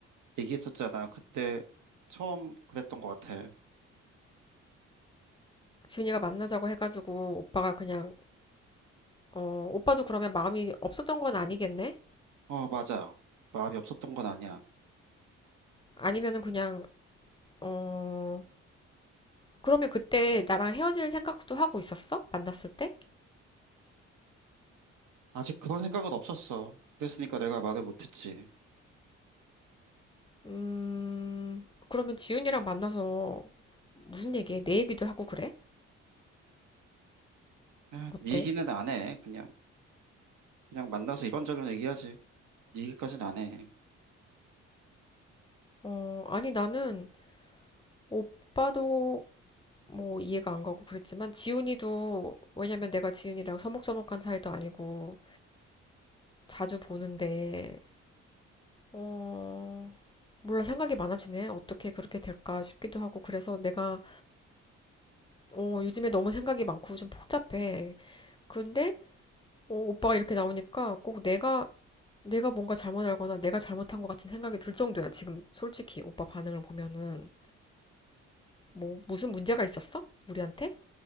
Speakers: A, on the right (about 75°); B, on the left (about 15°).
A: 얘기했었잖아. 그때 처음 그랬던 것 같아.
B: 지은이가 만나자고 해가지고, 오빠가 그냥, 어, 오빠도 그러면 마음이 없었던 건 아니겠네?
A: 어, 맞아. 마음이 없었던 건 아니야.
B: 아니면은 그냥, 어, 그러면 그때 나랑 헤어질 생각도 하고 있었어? 만났을 때?
A: 아직 그런 생각은 없었어. 그랬으니까 내가 말을 못했지.
B: 음, 그러면 지훈이랑 만나서 무슨 얘기해? 내 얘기도 하고 그래?
A: 아,
B: 어때?
A: 네 얘기는 안 해. 그냥 그냥 만나서 이런저런 얘기하지. 네 얘기까지는 안 해.
B: 어, 아니 나는 오빠도 뭐 이해가 안 가고 그랬지만 지훈이도 왜냐면 내가 지훈이랑 서먹서먹한 사이도 아니고 자주 보는데 어, 몰라 생각이 많아지네. 어떻게 그렇게 될까 싶기도 하고 그래서 내가 어, 요즘에 너무 생각이 많고 좀 복잡해. 근데 어, 오빠가 이렇게 나오니까 꼭 내가 내가 뭔가 잘못 알거나 내가 잘못한 것 같은 생각이 들 정도야. 지금 솔직히 오빠 반응을 보면은 뭐 무슨 문제가 있었어? 우리한테?